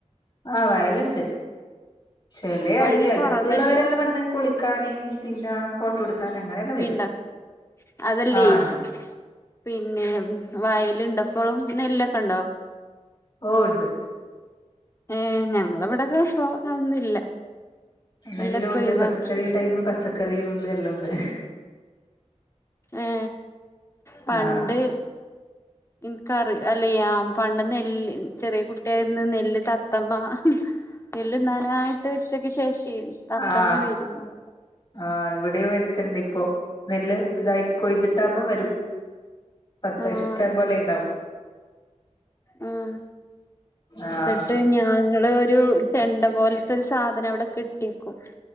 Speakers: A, on the left; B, on the left.
A: ആഹ് വയലുണ്ട് ചെലവര്
B: ഇപ്പൊ അയിന്
A: അടുത്തുള്ളവരെല്ലാം
B: കൊറവല്ലേ
A: വന്ന് കുളിക്കാന് പിന്നെ ഫോട്ടോ എടുക്കാൻ അങ്ങനെ എല്ലാ വരും
B: <unintelligible> അതല്ലേയ്
A: ആഹ് ഉണ്ട്
B: പിന്നെ വയല് ഇണ്ടപ്പോളും നെല്ലൊക്കെ ഉണ്ടോ
A: ഓ ഉണ്ട്
B: ഏഹ് ഞങ്ങളവിടോക്കെപ്പോ അതൊന്നുല്ല
A: നെല്ല്
B: നെല്ലൊക്കെ
A: ഉണ്ട്
B: ഒഴിവാക്കി
A: പച്ചക്കറിയ ടൈമ പച്ചക്കറിയ ഉണ്ട് എല്ലാം ഉണ്ട്
B: ഏ പണ്ട്
A: ആഹ്
B: <unintelligible> പണ്ട് നെല്ല് ചെറിയ കുട്ടിയായിരുന്നു നെല്ല് തത്തമ്മ <unintelligible> നെല്ല് തിന്നാനായിട്ട് ഉച്ചക്ക് ശേഷം തത്തമ്മ
A: ആഹ്
B: വരും <unintelligible>
A: ആഹ് ഇവിടെയും വരുത്തിണ്ട് ഇപ്പൊ നെല്ല് ഇതായിട്ട് കൊയ്തിട്ടാകുമ്പോ വരും തത്ത
B: ആഹ്
A: ഇഷ്ടം പോലെ ഉണ്ടാവും
B: ആഹ്
A: ആഹ്
B: എന്നിട്ട് ഞങ്ങള് ഒരു ചെണ്ട പോലത്തോരു സാധനം അവിടെ കെട്ടിയേക്കും